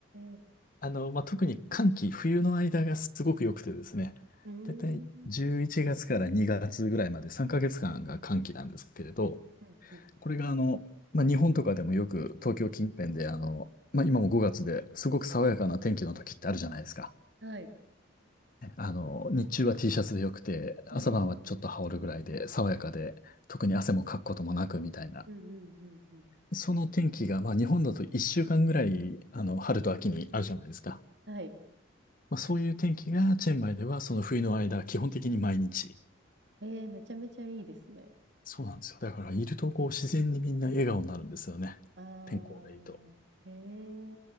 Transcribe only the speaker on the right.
ー、
うーん。
うんうん
はい。
うんうんうん。
うんうんうんうん。
はい。
ええ、めちゃめちゃいいですね。
ああ、
へえ。